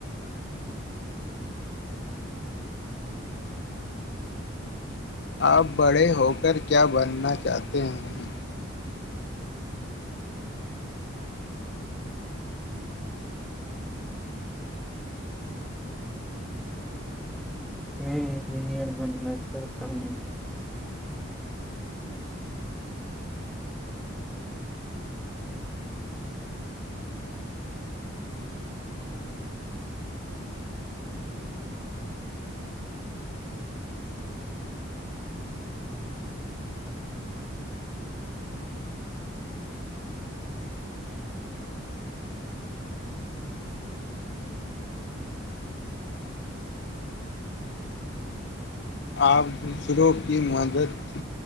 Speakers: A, on the left; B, in the centre.
A: آپ بڑے ہو کر کیا بننا چاہتے ہیں
B: میں انجینئر بننا چاہتا ہوں
A: آپ دوسروں کی مدد